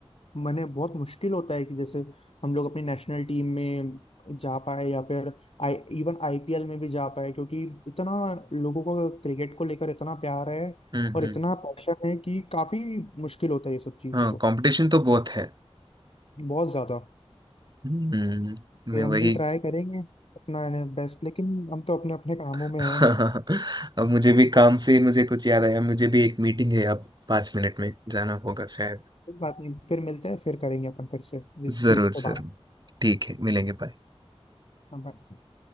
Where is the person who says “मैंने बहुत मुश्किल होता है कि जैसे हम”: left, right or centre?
Left